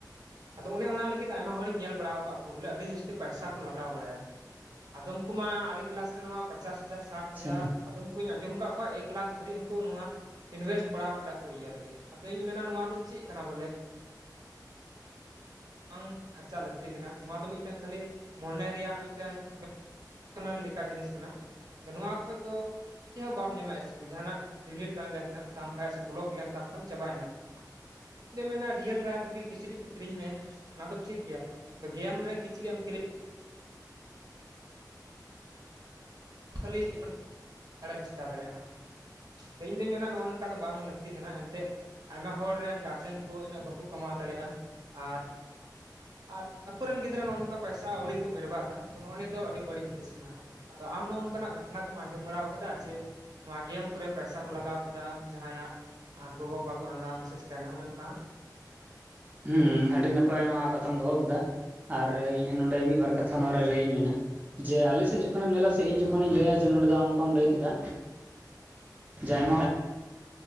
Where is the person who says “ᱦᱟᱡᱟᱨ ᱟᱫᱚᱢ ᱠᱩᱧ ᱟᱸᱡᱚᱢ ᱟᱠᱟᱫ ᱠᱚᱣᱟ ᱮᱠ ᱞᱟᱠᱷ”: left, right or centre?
Right